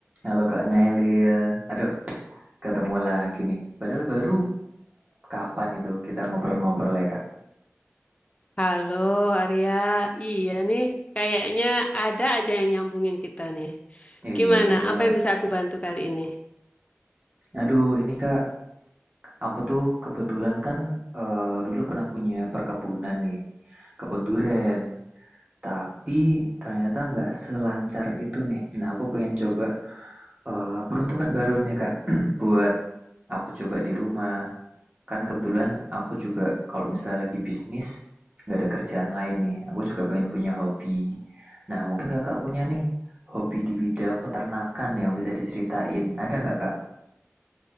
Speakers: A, on the right; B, on the left.
A: Halo Kak Nailil, aduh ketemu lagi nih. Padahal baru kapan itu kita ngobrol-ngobrol ya Kak?
B: Halo Arya, iya nih, kayaknya ada aja yang nyambungin kita nih.
A: Iya
B: Gimana?
A: bener
B: Apa
A: banget.
B: yang bisa aku bantu kali ini?
A: Aduh ini Kak, aku tuh kebetulan kan eh, dulu pernah punya perkebunan nih, kebun durian. Tapi ternyata nggak selancar itu nih. Nah aku pengen coba eh, peruntukan baru nih Kak, <clears throat> buat aku coba di rumah. Kan kebetulan aku juga kalau misalnya lagi bisnis, nggak ada kerjaan lain nih. Aku juga pengen punya hobi. Nah, mungkin kakak punya nih hobi di bidang peternakan yang bisa diceritain. Ada nggak kak?